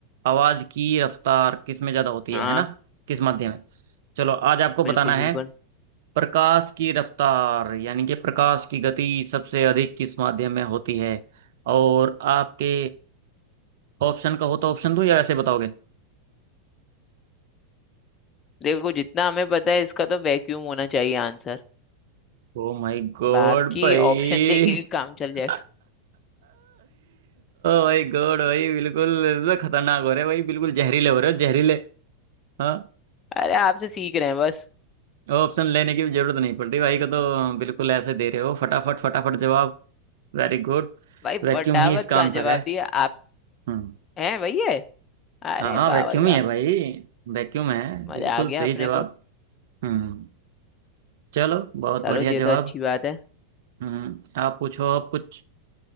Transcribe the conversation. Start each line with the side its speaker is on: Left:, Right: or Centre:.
Right: आवाज की रफ्तार किस में ज्यादा होती
Left: हाँ
Right: है है ना किस माध्यम में चलो आज आपको बताना
Left: बिल्कुल
Right: है
Left: बिल्कुल
Right: प्रकाश की रफ्तार यानी कि प्रकाश की गति सबसे अधिक किस माध्यम में होती है और आपके ऑप्शन का हो तो ऑप्शन दूं या ऐसे बताओगे
Left: देखो जितना हमें पता है इसका तो वैक्यूम होना चाहिए आंसर
Right: ओ माय गॉड
Left: बाकी
Right: भाई <laughs>
Left: ऑप्शन दे के भी काम चल जाएगा
Right: ओ माय गॉड भाई बिल्कुल इसमें खतरनाक हो रहे भाई बिल्कुल जहरीले हो रहे हो जहरीले हाँ
Left: अरे आपसे सीख रहे हैं बस
Right: ऑप्शन लेने की भी जरूरत नहीं पड़ रही भाई को तो बिल्कुल ऐसे दे रहे हो फटाफट फटाफट जवाब Very good
Left: भाई
Right: वैक्यूम
Left: फटाफट
Right: ही इसका
Left: का
Right: आंसर
Left: जवाब
Right: है
Left: दिया आप
Right: हम्म
Left: हैं वही है अरे
Right: हाँ हाँ
Left: वाह
Right: वैक्यूम
Left: भाई वाह
Right: ही है भाई वैक्यूम है
Left: मजा
Right: बिल्कुल
Left: आ गया
Right: सही
Left: अपने
Right: जवाब
Left: को
Right: हम्म चलो बहुत
Left: चलो
Right: बढ़िया
Left: ये
Right: जवाब
Left: तो अच्छी बात है
Right: हम्म आप पूछो अब कुछ